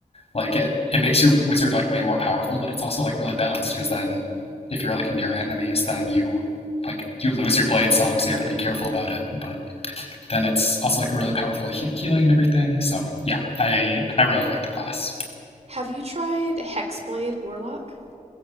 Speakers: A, on the left; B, on the right.
A: Like it, it makes your wizard like way more powerful, but it's also like really balanced because then if you're like near enemies, then you like you lose your blade song, so you have to be careful about it. But then it's also like a really powerful he- healing and everything. So yeah, I I really like the class.
B: Have you tried Hexblade Warlock?